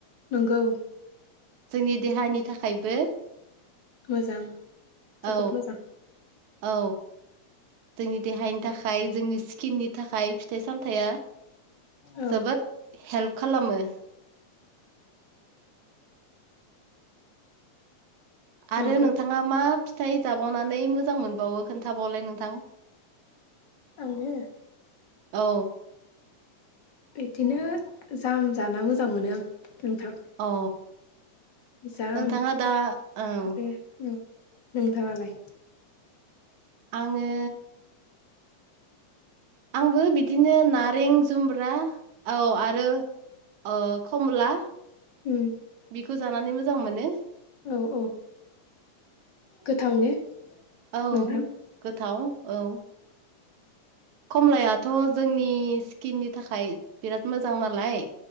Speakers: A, on the left (about 50°); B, on the right (about 70°).
A: नंगौ।
B: जोंनि देहानि थाखायबो
A: मोजां
B: औ
A: जोबोद मोजां।
B: औ जोंनि देहानि थाखाय जोंनि स्किननि थाखाय फिथाइ सामथाइया
A: औ
B: जोबोद हेल्प खालामो। आरो
A: नंगौ
B: नोंथांङा मा फि थाइ जाबावनानै मोजां मोनबावो खोनथाबावलाय नोंथां?
A: आंङो?
B: औ
A: बिदिनो जाम जाना मोजां मोनो आं। नोंथां
B: औ
A: जाम
B: नोंथाङा दा औ
A: आरो नोंथांङालाय?
B: आंङो आंबो बिदिनो नारें जुम्ब्रा औ आरो अ खमला
A: उम
B: थुजानानै मोजां मोनो।
A: औ औ गोथाव ने?
B: औ
A: नोंथां
B: गोथाव औ। खमलायाथ' जोंनि स्किननि थाखाय बिराद मोजां नालाय